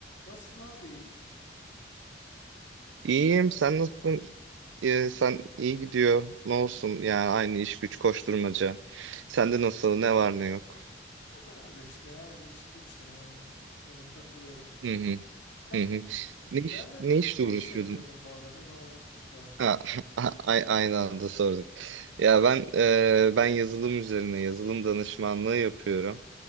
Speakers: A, on the left; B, on the right.
A: Nasılsın abi?
B: İyiyim.
A: İyi gidiyor
B: Sen
A: mu?
B: nasılsın? Ee, sen iyi gidiyor. Ne olsun? Yani aynı iş güç koşturmaca. Sende nasıl? Ne var ne yok?
A: E ben de işte yani iş güç yani. Öyle takılıyorum.
B: Hı hı.
A: Sen
B: Hı hı. Ne iş,
A: nerede
B: ne işle
A: ne
B: uğraşıyordun?
A: iş yapıyordun bu arada? Ben unuttum da.
B: Ha, <laughs> a- aynı anda sorduk. Ya ben e, ben yazılım üzerine yazılım danışmanlığı yapıyorum.